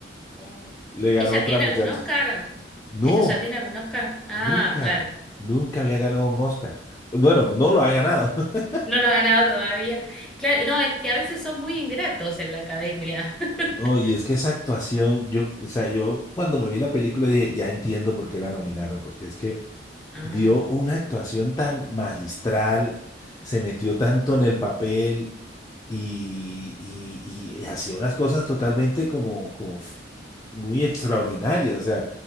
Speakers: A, in the centre; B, on the left (about 20°).
A: O-
B: le ganó
A: ¿Ella
B: otra
A: tiene
B: muchacha.
A: algún Oscar?
B: No,
A: ¿Ella ya tiene algún Oscar? Ah,
B: nunca,
A: claro.
B: nunca había ganado un Oscar. Bueno, no lo ha ganado. <laughs>
A: No lo ha ganado todavía. Claro, no, es que a veces son muy ingratos en la academia. <laughs>
B: No, y es que esa actuación, yo, o sea, yo cuando me vi la película dije, ya entiendo por qué la nominaron, porque es que
A: Ah.
B: dio una actuación tan magistral, se metió tanto en el papel y, y, y hacía unas cosas totalmente como, como f- muy extraordinarias. O sea,